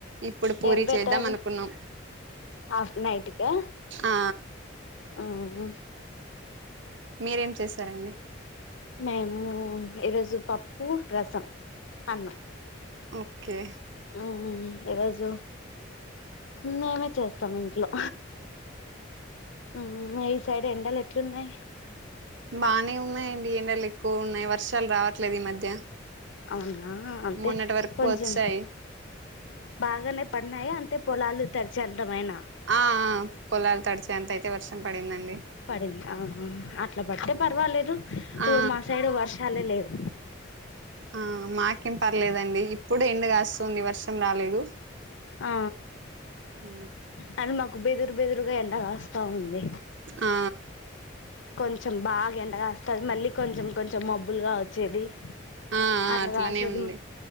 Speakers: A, on the right (about 70°); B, on the left (about 75°).
A: ఇప్పుడు పూరి
B: ఏం చేత్తార్రు
A: చేద్దాం అనుకున్నాం
B: ఆఫ్ నైటి కా
A: ఆ
B: ఊ ఉ
A: మీరేం చేశారండి
B: మేమూ ఈరోజు పప్పు రసం అన్నం
A: ఒకే
B: ఊ ఈరోజు మేమే చేస్తాం ఇంట్లో ఊ మీ సైడ్ ఎండలు ఎట్లున్నాయ్
A: బానే ఉన్నాయండి ఎండలు ఎక్కువ ఉన్నాయ్ వర్షాలు రావట్లేదు ఈ మధ్య
B: అవునా అంటే
A: మొన్నటి వరకు
B: కొంచెం
A: వచ్చాయి
B: బాగానే పన్నాయ అంతే పొలాలు తరిచే అంతమైనా
A: అ ఆ పొలాలు తడిచే అంత అయితే వర్షం పడిందండి
B: పడిందా ఆ అట్ల పడితే పర్వాలేదు ఇప్పుడు
A: ఆ
B: మా సైడు వర్షాలే లేవు
A: ఆ మాకేం పర్లేదండి ఇప్పుడు ఎండ కాస్సుంది వర్షం రాలేదు
B: ఆ
A: ఉ
B: అయిన మాకు బెదురు బెదురుగా ఎండగాస్తా ఉంది
A: ఆ
B: కొంచెం బాగ ఎండగాస్తది మళ్ళీ కొంచెం కొంచెం మబ్బులుగా వచ్చేది
A: ఆ ఆ
B: అట్లగాసేది
A: అట్లనే ఉంది